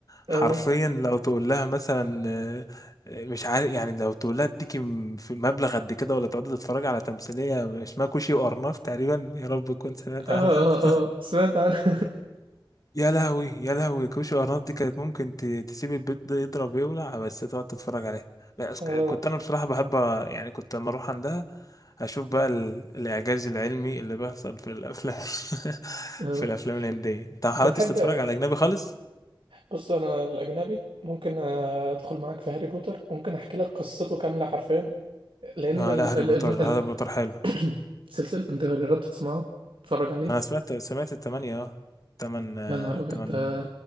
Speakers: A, on the right; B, on the left.
A: اه
B: حرفيا لو تقول لها مثلا آه، آه، مش عارف يعني لو تقول لها اديكي م- في مبلغ قد كده ولا تقعدي تتفرجي على تمثيلية اسمها كوشي وأرناف تقريبا يا رب تكون سمعت
A: اه
B: عنها <laughs>
A: اه اه سمعت عنه <laughs>
B: يا لهوي يا لهوي كوشي وأرناف دي كانت ممكن ت- تسيب البيت ده يضرب يولع بس تقعد تتفرج عليها بس
A: اه
B: ك- كنت أنا بصراحة بحب أ- يعني كنت لما أروح عندها أشوف بقى ال- الإعجاز العلمي اللي بيحصل في الأفلام <laughs>
A: اه
B: في الأفلام الهندية أنت ما حاولتش
A: بتحب
B: تتفرج على أجنبي خالص؟
A: بص انا الاجنبي ممكن ادخل معاك في هاري بوتر ممكن احكي لك قصته كامله حرفيا لان
B: اه
A: ال...
B: لا هاري
A: ال...
B: بوتر
A: ال... ال...
B: هاري بوتر حلو
A: <clears throat> سلسلة انت جربت تسمعه تتفرج عليه
B: انا سمعت سمعت التمانية اه تمن آه،
A: يا نهار ابيض
B: تمن
A: ده